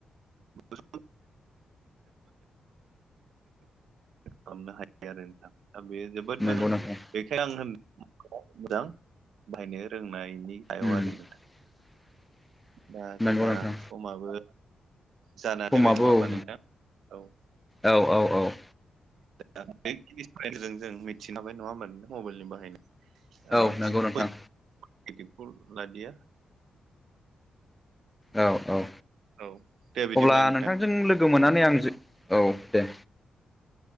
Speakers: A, on the right; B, in the centre.
A: <unintelligible> खालामनो हायो आरो नोंथां दा बे जोबोद
B: नंगौ
A: मोजां
B: नोंथां
A: बेखि बेखायनो आं होनदों मोजां बाहायनो रोंनायनि सायाव
B: उम
A: आरो नोंथां।
B: <inaudible>
A: दा जोंहा
B: नंगौ नोंथां
A: समाबो जाना
B: समाबो
A: फैबाय नङा होमबा
B: औ
A: नोंथां औ।
B: औ औ औ।
A: दा बे जिनिस बाहाय जों मिथिनो हाबाय नङा होमबा नोंथां मबाइलनि बाहायनाय
B: औ
A: बांसिन
B: नंगौ नोंथां
A: फुइड लादिया <unintelligible> बियो
B: औ औ
A: औ दे बिदिब्ला
B: अब्ला
A: नोंथां
B: नोंथांजों लोगो मोननानै आं औ दे।